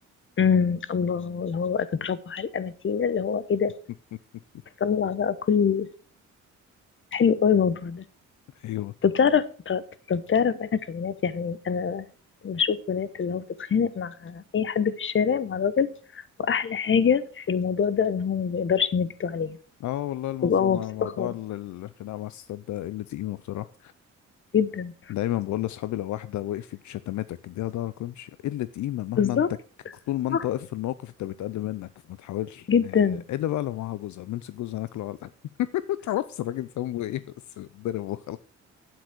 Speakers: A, on the left; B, on the left.
A: امم الله اللي هو بقى تضربه على الاماتين اللي هو ايه ده
B: <laughs>
A: تطلع بقى كل حلو قوي الموضوع ده
B: أيوه
A: طب تعرف طب طب تعرف انا كبنات يعني انا بشوف بنات اللي هو بتتخانق مع اي حد في الشارع مع راجل واحلى حاجة في الموضوع ده ان هو ما بيقدرش يمد ايده عليها
B: اه والله الموضوع
A: ببقى مبسوطة
B: موضوع
A: خالص
B: ال- الخناقة مع الستات ده قلة قيمة بصراحة
A: جدا
B: دايما بقول لاصحابي لو واحده وقفت شتمتك اديها ضهرك وامشي قله قيمه مهما
A: بالظبط
B: انت ك- طول ما انت
A: صح
B: واقف في الموقف انت بيتقل منك فما تحاولش
A: جدا
B: آه، الا بقى لو معاها جوزها بنمسك جوزها ناكله على <laughs> ما تعرفش الراجل ذنبه ايه بس بيتضرب وخلاص